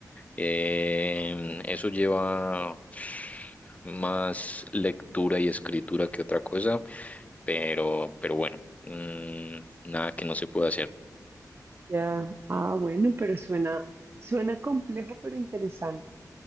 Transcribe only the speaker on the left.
Eh, eso lleva más lectura y escritura que otra cosa, pero, pero bueno, mm, nada que no se pueda hacer.